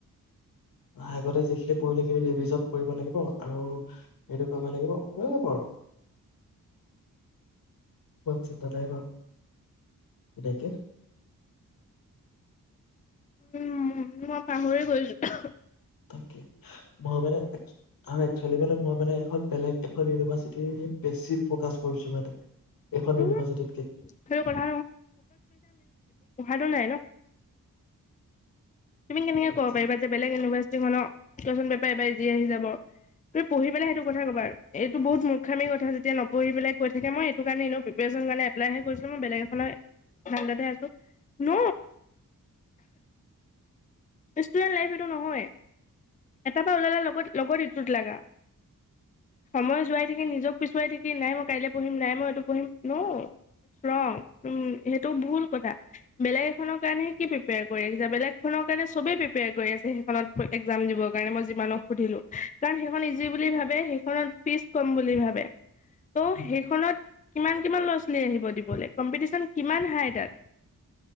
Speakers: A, on the left; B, on the left.
A: আগতে যিখিনি পঢ়িলোঁ সেইখিনি ৰিভিজন কৰিব লাগিব, আৰু <unintelligible> কৰিব লাগিব হৈ যাব আৰু ইমান চিন্তা নাই বাৰু, তেনেকে
B: উম, মই পাহৰি গৈছোঁ
A: তাকে, মই মানে আমে। খেলিবলৈ মাত। মানে এখন বেলেগ এখন ইউনিভাৰ্চিটি বেছি ফকাচ কৰিছো মানে এখন
B: উম
A: ইউনিভাৰ্চিটিতকে।
B: সেইটো কথা কোনো নাই ন। তুমি কেনেকে
A: একচুৱেলি।
B: ক'ব পাৰিবা যে বেলেগ ইউনিভাৰ্চিটিৰখন কুৱেশ্যন পেপাৰ এবাৰ ইজি আহি যাব। তুমি পঢ়িবানে সেইটো কথা কবা, আৰু এইটো বহুত মূখামিৰ কথা যেতিয়া নপঢ়ি পেলাই কৈ থাকে মই এইটো কাৰণে এনে প্ৰিপেশ্যন কাৰণে এপ্লাইহে কৰিছিলো মই বেলেগ এখননৰ ধান্দাতে আছোঁ ন। ষ্টুডেন্ট লাইফ এইটো নহয়, এটাৰ পৰা ওলালে লগত লগত ইটোত লগা সময় যোৱাই থাকি নিজক পিছোৱাই থাকিলে মই কাইলৈ পঢ়িম নাই মই এইটো পঢ়িম ন ৰং উম সেইটো ভুল কথা বেলেগ এখনৰ কাৰণেহে কি প্ৰিপেয়াৰ কৰি আছা বেলেগ এখনক। চবে প্ৰিপেয়াৰ কৰি আছে সেইখনত এক্সাম দিব কাৰণে মই যিমানক সুধিলোঁ কাৰণ সেইখন ইজি বুলি ভাবে কাৰণ সেইখনত ফ্ৰিছ কম বুলি ভাবে টো
A: উম,
B: হেইখনত কিমান কিমান ল'ৰা ছোৱালী আহিব দিবলৈ কম্পিটিচন কিমান হাই তাত